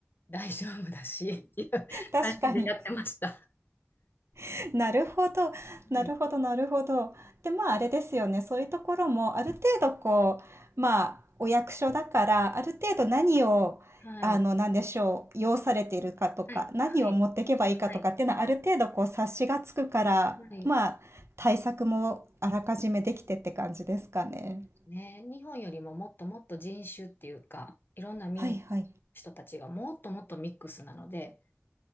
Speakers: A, on the left (about 55°); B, on the right (about 80°).
A: 大丈夫だし、っていう
B: 確かに。
A: 感じでやってました。
B: <laughs> なるほど。なるほど、
A: はい。
B: なるほど。で、まあ、あれですよね。そういうところも、ある程度こう、まあ、お役所だから、ある程度何を、
A: はい。
B: あの、なんでしょう、要されているかとか、
A: はい。
B: 何を持っていけばいいかとかっていうのは、
A: はい。はい。
B: ある程度こう、察しがつくから、
A: はい
B: まあ、対策もあらかじめできてって感じですかね。
A: ね、日本よりももっともっと人種っていうか、いろんな民族の人たちがもっともっとミックスなので、
B: はいはい。